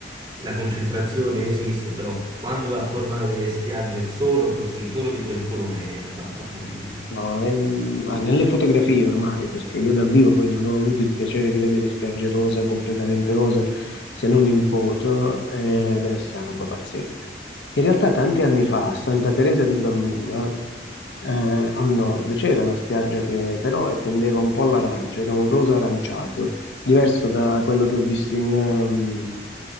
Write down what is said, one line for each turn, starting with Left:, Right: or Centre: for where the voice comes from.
Right: la concentrazione esiste, però quando va a formare delle spiagge solo così, solo di quel colore, è un qualcosa di...
Left: No, è- ma nelle fotografie ormai, perché io dal vivo poi non ho avuto il piacere di vedere spiagge rosa, completamente rosa, se non in foto, eh, deve essere una roba pazzesca. In realtà tanti anni fa a Santa Teresa di Gallura, eh, al nord, c'era una spiaggia che però tendeva un po' all'arancio, era un rosa aranciato, diverso da quello che ho visto in, ehm,